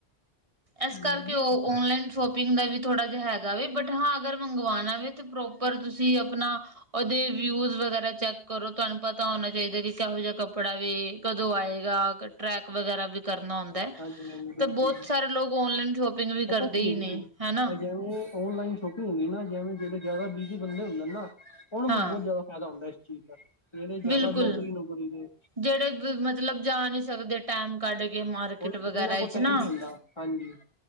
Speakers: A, on the right (about 30°); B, on the left (about 25°).
A: ਇਸ
B: ਹਾਂਜੀ
A: ਕਰਕੇ ਉਹ ਔਨਲਾਈਨ ਸ਼ੋਪਿੰਗ ਦਾ ਵੀ ਥੋੜ੍ਹਾ ਜਿਹਾ ਹੈਗਾ ਵੇ ਬਟ ਹਾਂ ਜੇ ਅਗਰ ਮੰਗਵਾਉਣਾ ਵੇ ਪ੍ਰੋਪਰ ਤੁਸੀਂ ਆਪਣਾ ਉਹਦੇ ਵਿਊਜ ਵਗੈਰਾ। ਚੈੱਕ ਕਰੋ ਤੁਹਾਨੂੰ ਪਤਾ ਹੋਣਾ ਚਾਹੀਦਾ ਕਿ ਕਿਹੋ ਜਿਹਾ ਕੱਪੜਾ ਵੀ ਕਦੋਂ ਆਏਗਾ ਟਰੈਕ ਵਗੈਰਾ ਵੀ ਕਰਨਾ ਹੁੰਦਾ। ਹੈ
B: ਹਾਂਜੀ ਹਾਂਜੀ
A: ਤੇ
B: ਬਿਲਕੁਲ
A: ਬਹੁਤ
B: ਜੀ।
A: ਸਾਰੇ ਲੋਕ ਔਨਲਾਈਨ ਸ਼ੋਪਿੰਗ ਵੀ
B: ਪਤਾ
A: ਕਰਦੇ
B: ਕੀ ਹੈ
A: ਈ ਨੇ
B: ਜੀ
A: ਹੈ ਨਾ
B: ਇਹ ਜਿਵੇਂ ਔਨਲਾਈਨ ਸ਼ੋਪਿੰਗ ਹੁੰਈ ਨਾ ਜਿਵੇਂ ਜਿਹੜੇ ਜ਼ਿਆਦਾ ਬਿਜ਼ੀ ਬੰਦੇ ਹੁੰਦੇ ਨੇ ਨਾ ਉਹਨਾ ਨੂੰ
A: ਹਾਂ
B: ਬਹੁਤ ਜ਼ਿਆਦਾ ਫਾਇਦਾ ਹੁੰਦਾ ਇਸ ਚੀਜ਼ ਦਾ ਜਿਹੜੇ ਜ਼ਿਆਦਾ
A: ਬਿਲਕੁਲ
B: ਨੌਕਰੀ ਨੁਕਰੀ ਦੇ।
A: ਜਿਹੜੇ ਮਤਲਬ ਜਾ ਨਹੀਂ ਸਕਦੇ ਟਾਈਮ ਕੱਢ ਕੇ ਮਾਰਕਟ
B: ਉਹੀ
A: ਵਗੈਰਾ
B: ਜਿਹਨਾਂ ਕੋਲ
A: ਵਿੱਚ
B: ਟਾਈਮ
A: ਨਾ
B: ਨਹੀਂ ਹੁੰਦਾ ਹਾਂਜੀ